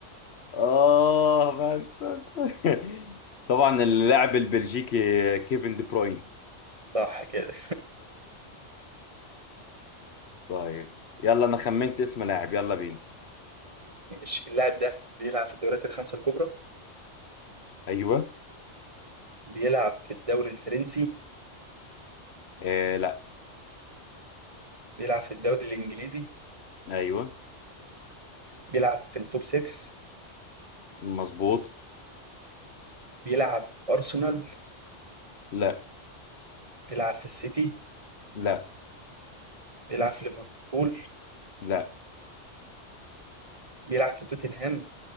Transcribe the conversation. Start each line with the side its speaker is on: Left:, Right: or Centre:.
Left: آه بس بس <laughs> طبعا اللاعب البلجيكي كيفن دي بروين
Right: صح كده
Left: طيب يلا أنا خمنت اسم لاعب يلا بينا
Right: <laughs> ماشي. اللاعب ده بيلعب في الدوريات الخمسة الكبرى
Left: أيوه
Right: بيلعب في الدوري الفرنسي
Left: آه لا
Right: بيلعب في الدوري الإنجليزي
Left: أيوه
Right: بيلعب في التوب 6
Left: مظبوط
Right: بيلعب أرسنال
Left: لا
Right: بيلعب في السيتي
Left: لا
Right: بيلعب في ليفربول
Left: لا
Right: بيلعب في توتنهام